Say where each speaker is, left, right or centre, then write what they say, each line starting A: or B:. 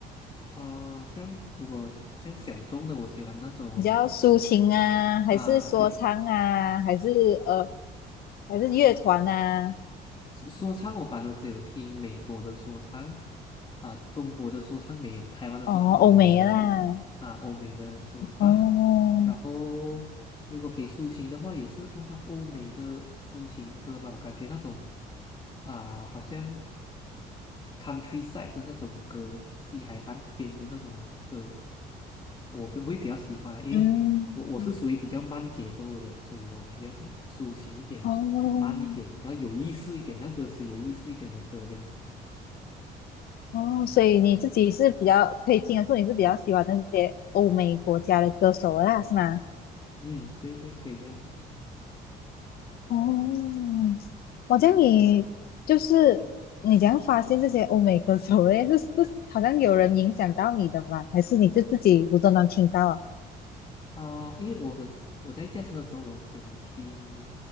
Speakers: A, on the left; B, on the left.
A: 啊、像如果像小众的，我喜欢那种
B: 比较抒情啊，还是说唱啊，
A: 啊、比
B: 还是呃，还是乐团啊？
A: 说唱我反而只有听美国的说唱啊，中国的说唱没有，台湾的说唱我也没有，
B: 哦，欧美啦，
A: 就是啊，欧美的说唱。
B: 哦，
A: 然后如果给抒情的话，也是通常欧美的抒情歌吧，我感觉那种啊，好像 countryside 的那种歌，西海岸边的那种歌，我比会比较喜欢啊因为我我是属于比较慢节奏的人，
B: 嗯，
A: 所以我比较喜欢抒情一点、
B: 哦，
A: 慢一点，然后有意思一点，那歌词有意思一点的歌这样子。
B: 哦，所以你自己是比较可以听得出你是比较喜欢那些欧美国家的歌手啦，是吗？
A: 嗯，对对，可以这样子讲。
B: 哦，我这样你就是你怎样发现这些欧美歌手嘞？<laughs> 是是好像有人影响到你的吧？还是你就自己无都能听到啊？
A: 啊、因为我很喜我在驾车的时候，我很喜欢听